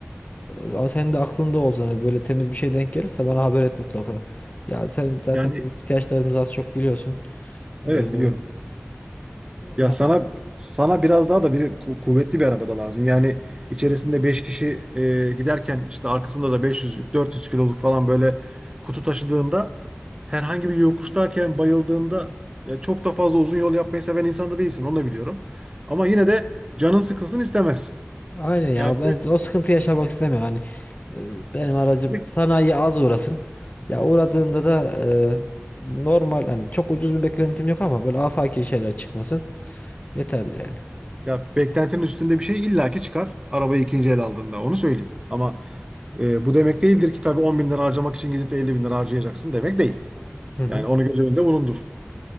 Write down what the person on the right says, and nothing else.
Yani
Evet
biliyorum. Ya
sana sana biraz daha da bir ku- kuvvetli bir arabada lazım. Yani içerisinde 5 kişi e, giderken işte arkasında da 500 400 kiloluk falan böyle kutu taşıdığında herhangi bir yokuştayken bayıldığında ya çok da fazla uzun yol yapmayı seven insan da değilsin onu da biliyorum. Ama yine de canın sıkılsın istemezsin.
Yani
bir de-
ya beklentinin üstünde bir şey illaki çıkar arabayı ikinci el aldığında onu söyleyeyim. Ama e, bu demek değildir ki tabii 10 bin lira harcamak için gidip de 50 bin lira harcayacaksın demek değil.
Yani onu göz önünde bulundur.